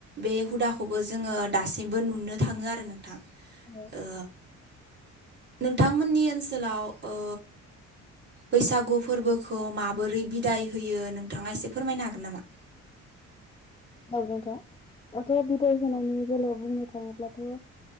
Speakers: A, on the right (about 35°); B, on the left (about 20°).
A: बे हुदाखौबो जोङो दा दासिमबो नुनो थाङो आरो नोंथां।
B: हेल'
A: ओ नोंथांमोननि ओनसोलाव ओ बैसागु फोरबोखौ माबोरै बिदाय होयो नों थाङा एसे फोरमायनो हागोन नामा?
B: औ नोंथां दाथ' बिदाय होनायनि बेलायाव बुंनो थाङोब्लाथ' ओ